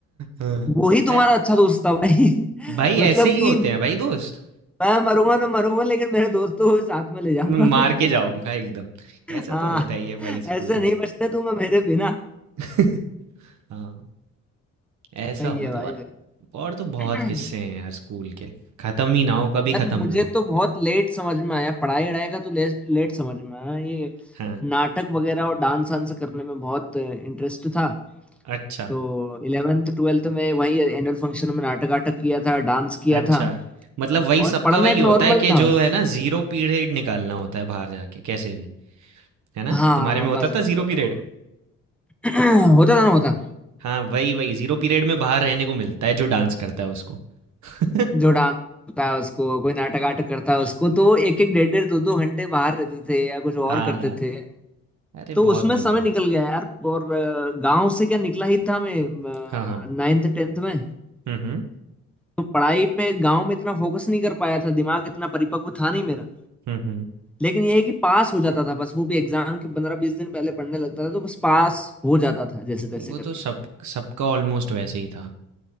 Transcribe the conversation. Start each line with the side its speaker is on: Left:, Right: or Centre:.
Right: हाँ।
Centre: वो ही तुम्हारा
Right: अरे
Centre: अच्छा दोस्त था भाई <laughs>
Right: भाई
Centre: मतलब
Right: ऐसे ही
Centre: कि
Right: होते हैं भाई दोस्त
Centre: मैं मरूंगा ना मरूंगा लेकिन मेरे दोस्तों को भी साथ में ले जाऊंगा
Right: मैं मार
Centre: मैं
Right: के जाऊंगा एकदम
Centre: <laughs>
Right: ऐसा
Centre: हाँ
Right: तो होता ही है भाई स्कूल
Centre: ऐसे
Right: में
Centre: नहीं बचने दूंगा मेरे बिना
Right: <laughs> हाँ ऐसा
Centre: सही
Right: हुआ
Centre: है भाई
Right: था और और तो
Centre: सही
Right: बहुत किस्से हैं
Centre: <clears throat>
Right: यार स्कूल के खत्म ही ना हो कभी
Centre: यार
Right: खत्म
Centre: मुझे
Right: ना हो
Centre: तो बहुत लेट समझ में आया पढ़ाई वढ़ाई का तो लेट, लेट समझ में आया ये
Right: हाँ
Centre: नाटक वगैरह और डांस वांस करने में बहुत इंटरेस्ट था
Right: अच्छा
Centre: तो इलेवेंथ ट्वेल्थ में वही एनुअल फंक्शन में नाटक वाटक किया था डांस किया
Right: अच्छा
Centre: था
Right: मतलब वही
Centre: और
Right: सबका
Centre: पढ़ना
Right: वही
Centre: एक
Right: होता
Centre: नॉर्मल
Right: है कि
Centre: था
Right: जो
Centre: बस
Right: है ना जीरो पीरियड निकालना होता है बाहर जाके कैसे भी है ना
Centre: हाँ
Right: तुम्हारे में होता
Centre: बस
Right: था
Centre: बस
Right: जीरो
Centre: बस
Right: पीरियड
Centre: वो- <clears throat> होता था ना होता
Right: हाँ वही वही जीरो पीरियड में बाहर रहने को मिलता है जो डांस करता है उसको <laughs>
Centre: जो डांस होता है उसको कोई नाटक आटक करता है उसको तो एक एक डेढ़ डेढ़ दो दो घंटे बाहर रहते थे या कुछ
Right: हाँ
Centre: और करते थे
Right: अरे
Centre: तो
Right: बहुत
Centre: उसमें
Right: मजा
Centre: समय
Right: आता
Centre: निकल
Right: था
Centre: गया यार और अ, गांव से क्या निकला ही था मैं
Right: हाँ हाँ
Centre: नाइन्थ टेंथ में
Right: हम्म हम्म
Centre: तो पढ़ाई पे गांव में इतना फोकस नहीं कर पाया था दिमाग इतना परिपक्व था नहीं मेरा
Right: हम्म हम्म।
Centre: लेकिन ये है कि पास हो जाता था बस वो भी एग्जाम के पंद्रह बीस दिन पहले पढ़ने लगता था तो बस पास हो जाता था जैसे तैसे
Right: वो
Centre: करके
Right: तो सब सबका ऑलमोस्ट वैसे ही था